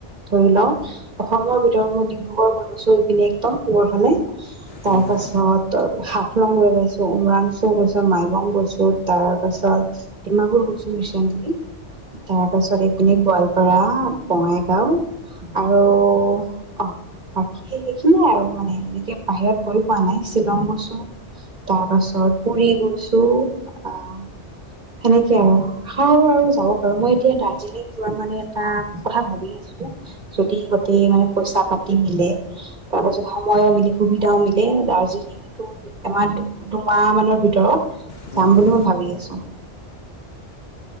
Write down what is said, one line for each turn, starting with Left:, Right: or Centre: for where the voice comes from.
Right: ধৰি লওক অসমৰ ভিতৰত মই ডিব্ৰুগড় গৈ পাইছো এইপিনে একদম মোৰৰ ফালে। তাৰ
Left: হুম
Right: পাছত
Left: হুম
Right: হাফলং গৈ পাইছো উমৰাংচো গৈছো। তাৰছত মাইবং গৈছো তাৰ পাছত ডিমাবোৰ গৈছো ৰিচেন্টলি। তাৰ পাছত এইপিনে গোৱালপাৰা বঙাইগাও। আৰু অ বাকী সেইখিনিয়ে আৰু মানে এনেকে বাহিৰত গৈ পোৱা নাই শ্বিলং গৈছো তাৰ পাছত পুৰি গৈছো আহ সেনেকে আৰু আৰু আৰু যাব পাৰো মই এতিয়া দাৰ্জিলিং যোৱা মানে এটা কথা ভাবি আছো যদি ত মানে পইচা পাতি মিলে তাৰ পাছত সময়ো মিলে সুবিধাও মিলে দাৰ্জিলিংটো এমাহ দুমাহ মানৰ ভিতৰত
Left: হুম
Right: যাম
Left: হুম
Right: বুলি মই ভাবি আছো